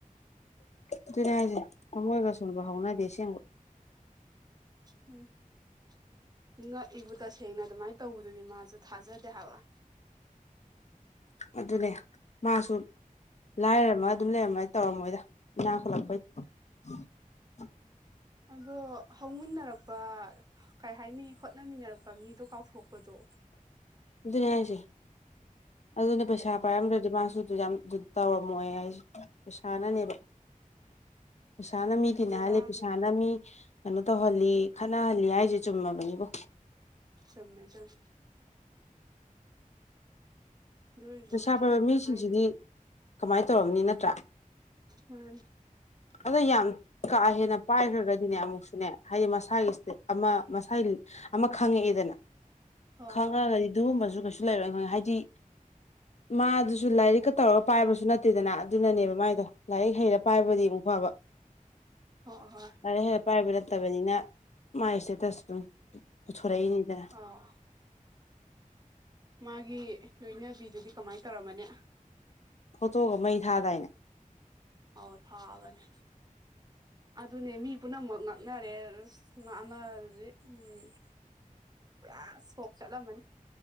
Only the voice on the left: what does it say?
ꯑꯗꯨꯣꯏꯅꯦ ꯍꯥꯏꯁꯦ ꯊꯃꯣꯏꯒ ꯁꯣꯟꯕ ꯍꯧꯅꯗꯦ ꯑꯁꯦꯡꯕ
ꯑꯗꯨꯅꯦ ꯃꯥꯁꯨ ꯂꯥꯏꯔꯃ ꯑꯗꯨꯝ ꯂꯩꯔꯝꯃꯣꯏ ꯇꯧꯔꯝꯃꯣꯏꯗ ꯏꯅꯥꯈꯠꯂꯛꯄꯩ <inaudible>
ꯑꯗꯨꯅꯦ ꯍꯥꯏꯁꯦ ꯑꯗꯨꯅ ꯄꯩꯁꯥ ꯄꯥꯏꯔꯝꯗ꯭ꯔꯗꯤ ꯃꯥꯁꯨ ꯑꯗꯨ ꯌꯥꯝ ꯑꯗꯨ ꯇꯧꯔꯝꯃꯣꯏ ꯑꯩꯁ ꯄꯩꯁꯥꯅꯅꯦꯕ ꯄꯩꯁꯥꯅ ꯃꯤꯗꯤꯤꯅꯦ
ꯍꯥꯏ ꯂꯩꯦ ꯄꯩꯁꯥꯅ ꯃꯤ ꯀꯩꯅꯣ ꯇꯧꯍꯜꯂꯤ ꯈꯠꯅꯍꯜꯂꯤ ꯍꯥꯏꯁꯦ ꯆꯨꯝꯃꯕꯅꯤꯀꯣ
ꯄꯩꯁꯥ
ꯄꯥꯏꯕ ꯃꯤꯁꯤꯡꯁꯤꯗꯤ
ꯀꯃꯥꯏꯅ ꯇꯧꯔꯕꯝꯅꯤ ꯅꯠꯇ꯭ꯔꯥ
ꯑꯗꯣ ꯌꯥꯝ ꯀꯥ ꯍꯦꯟꯅ ꯄꯥꯏꯈ꯭ꯔꯒꯗꯤꯅꯦ ꯑꯃꯨꯛꯁꯨꯅꯦ ꯍꯥꯏꯗꯤ ꯃꯁꯥꯒꯤ ꯏꯁꯇꯦ ꯑꯃ ꯃꯁꯥꯒꯤ ꯑꯃ ꯈꯪꯉꯛꯑꯦꯗꯅ
ꯈꯪꯉꯒꯗꯤ
ꯑꯗꯨꯒꯨꯝꯕꯁꯨ ꯀꯩꯁꯨ ꯂꯩꯔꯣꯏꯅ ꯈꯪꯦ ꯍꯥꯏꯗꯤ ꯃꯥꯗꯨꯁꯨ ꯂꯥꯏꯔꯤꯛꯀ ꯇꯧꯔꯒ ꯄꯥꯏꯕꯁꯨ ꯅꯠꯇꯦꯗꯅ ꯑꯗꯨꯅꯅꯦꯕ ꯃꯥꯏꯗꯣ ꯂꯥꯏꯔꯤꯛ ꯍꯩꯔ ꯄꯥꯏꯕꯗꯤ ꯑꯃꯨꯛ ꯐꯕ <unintelligible>
ꯍꯔꯦ ꯍꯔꯦ ꯄꯥꯏꯕ ꯅꯠꯇꯕꯅꯤꯅ ꯃꯥꯥꯏ ꯏꯁꯇꯦꯇꯁ ꯑꯗꯨꯝ ꯈꯔꯅꯤꯗ
ꯐꯣꯇꯣꯒ ꯃꯩ ꯊꯥꯗꯥꯏꯅꯦ
<unintelligible>